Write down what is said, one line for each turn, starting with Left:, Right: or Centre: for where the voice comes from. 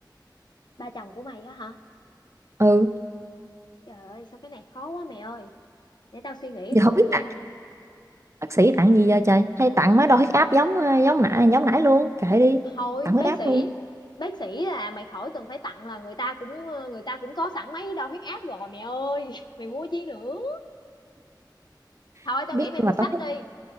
Left: ba chồng của mày á hả?
Right: ừ
Left: Trời ơi, sao cái này khó quá mày ơi, để tao suy nghĩ
Right: giờ
Left: thử
Right: không biết
Left: nha.
Right: tặng bác sĩ tặng gì giờ trời hay tặng má đo huyết áp giống ờ, giống nãy giống nãy luôn kệ đi
Left: Thôi
Right: tặng huyết
Left: bác
Right: áp
Left: sĩ
Right: luôn
Left: Bác sĩ là mày khỏi cần phải tặng là người ta cũng ờ, người ta cũng có sẵn máy đo huyết áp rồi mẹ ơi <laughs> Mày mua chi nữa Thôi
Right: không
Left: tao nghĩ
Right: biết
Left: mày
Right: nhưng
Left: mua
Right: mà
Left: sách
Right: tao thích
Left: đi